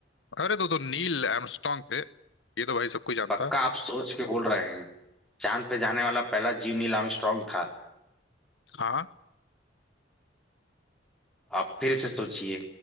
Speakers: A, on the left; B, in the centre.
A: अरे तो तो नील आर्मस्ट्रांग थे ये तो भाई सब कोई जानता
B: पक्का
A: है
B: आप सोच के बोल रहे हैं चांद पे जाने वाला पहला जीव नील आर्मस्ट्रांग था
A: हाँ
B: आप फिर से सोचिए